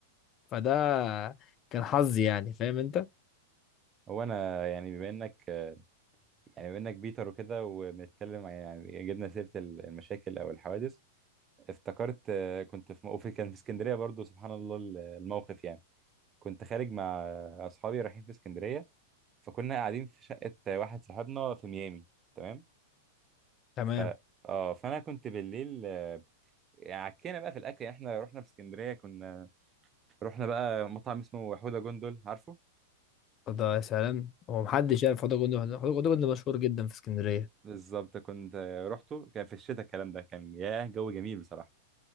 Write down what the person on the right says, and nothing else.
هو انا يعني بما انك يعني بما انك بيتر وكده وبنتكلم عن- يعني جبنا سيره المشاكل او الحوادث افتكرت آه، كنت في موقف كان في اسكندريه برضو سبحان الله ال- الموقف يعني كنت خارج مع اصحابي رايحين في اسكندريه فكنا قاعدين في شقه واحد صاحبنا في ميامي تمام
ف اه فانا كنت بالليل آه، يعني عكينا بقى في الاكل يعني احنا رحنا في اسكندريه كنا رحنا بقى مطعم اسمه حوده جندل عارفه
بالظبط كنت آه، رحته كان في الشتاء الكلام ده كان ياه جو جميل بصراحه